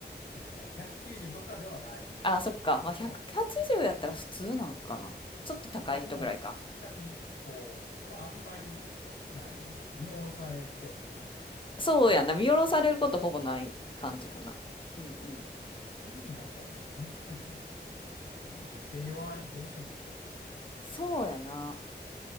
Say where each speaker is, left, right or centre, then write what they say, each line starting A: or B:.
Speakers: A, on the left; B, on the left.
A: でね、だから190とかではない
B: あ、そっか。まあ、180やったら普通なんかな。
A: と。
B: ちょっと高い人ぐらいか。
A: まあでも、確かに、こう、まああんまり、なんやろうな、見下ろされてはいない。
B: そうやな。見下ろされることほぼない感じかな。
A: うん。
B: うんうん。
A: それもやっぱ威圧感なんかな。特に女性はどうしてもこうちょっと、
B: そうやな。